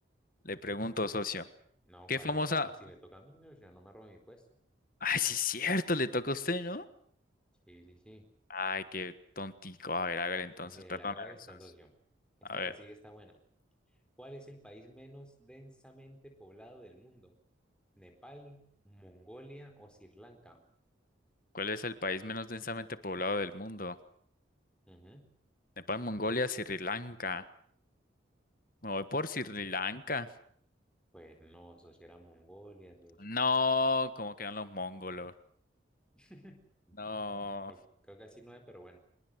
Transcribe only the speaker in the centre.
No,
¿cuál
así? Si me toca a mí, yo, yo no me robo mi puesto.
Sí, sí, sí.
Ya mire,
le hago esta,
socio. Esta
que sigue está buena. ¿Cuál es el país menos densamente poblado del mundo? ¿Nepal, Mongolia o Sri Lanka?
Ujú.
Pues no, eso sí era Mongolia, eso es-
<laughs>
Creo, creo que así no es, pero bueno,